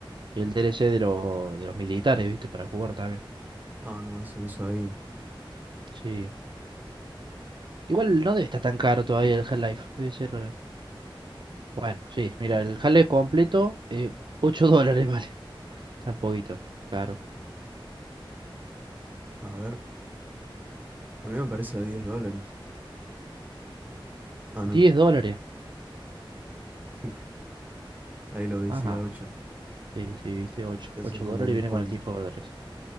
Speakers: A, on the right (about 60°); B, on the right (about 20°).
A: y el DLC de, lo- de los militares, ¿viste? Para jugar también.
B: Ah, no, eso no sabía.
A: Sí. Igual no debe estar tan caro todavía el Half-Life. Debe ser. eh, Bueno, sí. Mira, el Half-Life completo, eh, 8 <laughs> dólares vale. Está un poquito caro.
B: A ver, a mí me parece a 10 dólares. Ah, no.
A: diez dólares.
B: <laughs> Ahí lo veis
A: Ajá.
B: a 8.
A: Sí, sí, viste, 8
B: Te hacen
A: 8
B: como
A: dólares
B: un descuento.
A: y viene con el Team Fortress.